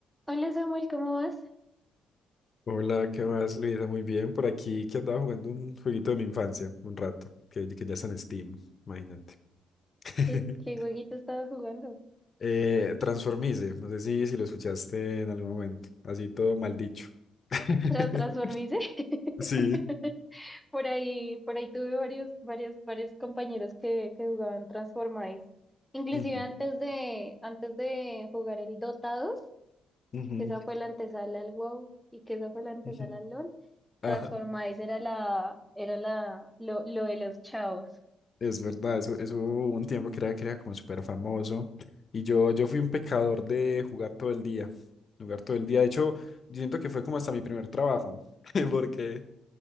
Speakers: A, in the centre; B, on the left.
A: Hola Samuel, ¿cómo vas?
B: Hola, ¿qué más, Luisa? Muy bien, por aquí que andaba jugando un jueguito de mi infancia, un rato, que, que ya está en Steam, imagínate. <laughs>
A: ¿Qué, qué jueguito estabas jugando?
B: Eh, Transformice, no sé si, si lo escuchaste en algún momento, así todo mal dicho. <laughs>
A: ¿Tra transformice?
B: Sí.
A: <laughs> Por ahí, por ahí tuve varios, varios, varios compañeros que, que jugaban Transformice. Inclusive
B: Ujú,
A: antes de, antes de jugar el Dota 2,
B: ujú,
A: que esa fue la antesala al WoW y que esa fue la antesala
B: ujú.
A: al LoL,
B: Ajá,
A: Transformice era la, era la, lo, lo de los chavos.
B: es verdad, eso, eso hubo un tiempo que era, que era como súper famoso. Y yo, yo fui un pecador de jugar todo el día, jugar todo el día. De hecho, yo siento que fue como hasta mi primer trabajo, <laughs> porque...